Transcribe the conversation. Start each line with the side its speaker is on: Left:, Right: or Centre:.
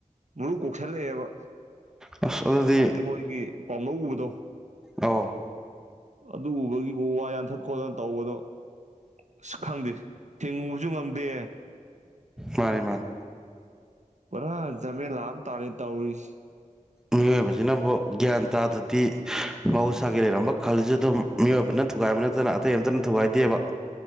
Right: ꯃꯔꯨ ꯀꯣꯛꯁꯜꯂꯛꯑꯦꯕ
Centre: ꯑꯁ ꯑꯗꯨꯗꯤ
Right: ꯍꯥꯏꯗꯤ ꯃꯣꯏꯒꯤ ꯄꯥꯝꯂꯧ ꯎꯕꯗꯣ
Centre: ꯑꯧ
Right: ꯑꯗꯨ ꯎꯕꯒꯤꯕꯨ ꯎ ꯋꯥ ꯌꯥꯟꯊꯠ ꯈꯣꯠꯇꯅ ꯇꯧꯕꯗꯣ ꯁ ꯈꯪꯗꯦ ꯊꯤꯡꯉꯨꯕꯁꯨ ꯉꯝꯗꯦ꯫
Centre: ꯃꯥꯅꯤ ꯃꯥꯅꯤ꯫
Right: ꯄꯨꯔꯥ ꯖꯃꯦꯂꯥ ꯑꯃ ꯇꯥꯔꯦ ꯇꯧꯔꯤꯁꯤ
Centre: ꯃꯤꯑꯣꯏꯕꯁꯤꯅꯕꯨ ꯒ꯭ꯌꯥꯟ ꯇꯥꯗ꯭ꯔꯗꯤ ꯃꯍꯧꯁꯥꯒꯤ ꯂꯩꯔꯝꯕ ꯈꯜꯁꯨ ꯑꯗꯨꯝ ꯃꯤꯑꯣꯏꯕꯅ ꯊꯨꯒꯥꯏꯕ ꯅꯠꯇꯅ ꯑꯇꯩ ꯑꯝꯇꯅ ꯊꯨꯒꯥꯏꯗꯦꯕ꯫